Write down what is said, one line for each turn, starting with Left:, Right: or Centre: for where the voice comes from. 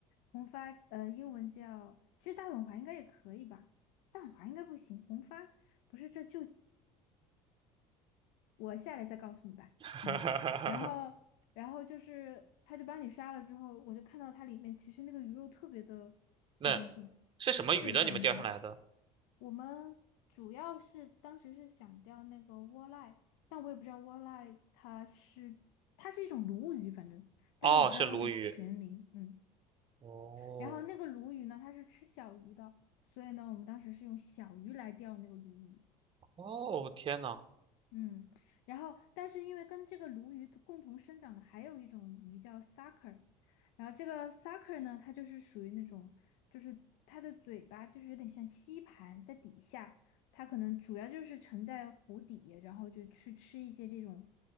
Left: 红发，呃，英文叫，其实大统华应该也可以吧，大统华应该不行，红发。不是这就我下来再告诉你吧。
Right: <laughs>
Left: 嗯，然后，然后就是，他就帮你杀了之后，我就看到它里面其实那个鱼肉特别的干净，
Right: 那是什么鱼呢？
Left: 特别干净。
Right: 你们钓上来的？
Left: 我们主要是当时是想钓那个窝赖，但我也不知道窝赖它是它是一种鲈鱼，反正，但是我不知道它的全名。
Right: 哦，是鲈鱼。
Left: 嗯，
Right: 哦
Left: 然后那个鲈鱼呢，它是吃小鱼的，所以呢，我们当时是用小鱼来钓那个鲈鱼。
Right: 哦，天呐！
Left: 嗯，然后但是因为跟这个鲈鱼共同生长的还有一种鱼叫 sucker，然后这个 sucker 呢，它就是属于那种，就是它的嘴巴就是有点像吸盘在底下，它可能主要就是沉在湖底，然后就去吃一些这种